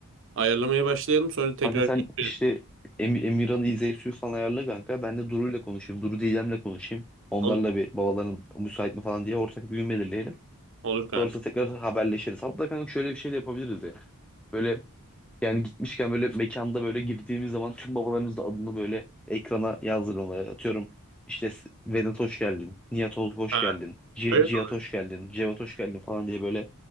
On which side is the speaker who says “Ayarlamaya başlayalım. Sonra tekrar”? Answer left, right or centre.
Right